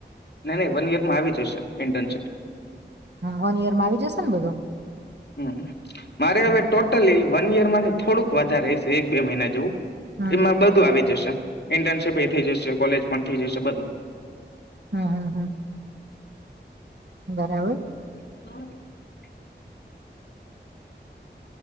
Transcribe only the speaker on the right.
વન યર માં આવી જશે ને બધું
હમ
હમ
હમ્મ-હમ્મ. હમ્મ. બરાબર.